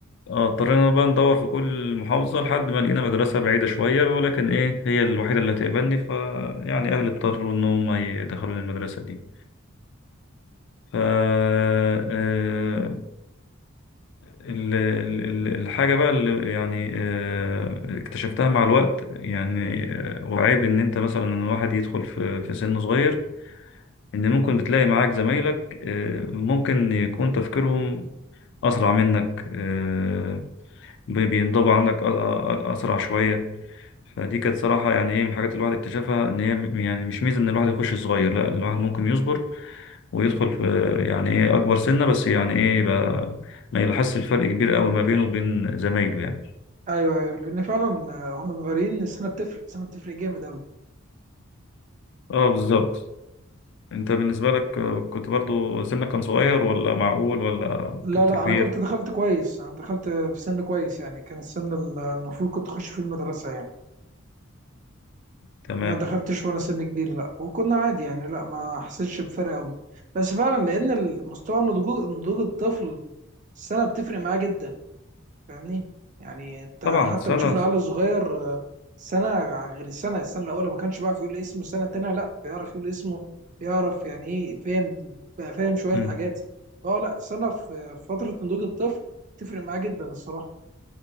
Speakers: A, on the left (about 55°); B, on the right (about 35°).
A: آه، اضطرينا بقى ندور في كل محافظة لحد ما لقينا مدرسة بعيدة شوية ولكن إيه هي الوحيدة اللي هتقبلني فيعني أهلي اضطروا إن هم يدخلوني المدرسة دي ف آه، ال- ال- ال- الحاجة بقى اللي يعني آه، اكتشفتها مع الوقت يعني آه، وعيب ان انت مثلا ان الواحد يدخل في في سن صغير ان ممكن بتلاقي معاك زمايلك آه، ممكن يكون تفكيرهم اسرع منك آه، بي- بينضبوا عندك أ- أ- أ- اسرع شوية فدي كانت صراحة يعني ايه من الحاجات اللي الواحد اكتشفها ان هي م- يعني مش ميزة ان الواحد يخش صغير لا الواحد ممكن يصبر ويدخل في يعني ايه اكبر سنة بس يعني ايه بقى ما يلاحظش الفرق كبير قوي ما بينه وبين زمايله يعني
B: ايوه ايوه لان فعلا آه، واحنا صغيرين السنه بتفرق السنه بتفرق جامد قوي
A: اه بالظبط انت بالنسبة لك آه، كنت برضو سنك كان صغير ولا معقول ولا
B: لا
A: كنت
B: لا
A: كبير
B: انا كنت دخلت كويس انا دخلت في سن كويس يعني كان السن ال- المفروض كنت اخش فيه المدرسه يعني
A: تمام
B: ما دخلتش وانا سن كبير لا وكنا عادي يعني لا ما حسيتش بفرق قوي بس فعلا لان المستوى نضوج نضوج الطفل السنه بتفرق معاه جدا فاهمني يعني انت
A: طبعا
B: حتى
A: سنة
B: بتشوف العيال الصغير آه، سنه غير السنه السنه الاولى ما كانش بيعرف يقول اسمه السنه التانيه لا بيعرف يقول اسمه بيعرف يعني ايه فاهم بقى فاهم شويه
A: مم.
B: حاجات اه لا سنه في في فتره نضوج الطفل تفرق معاه جدا الصراحه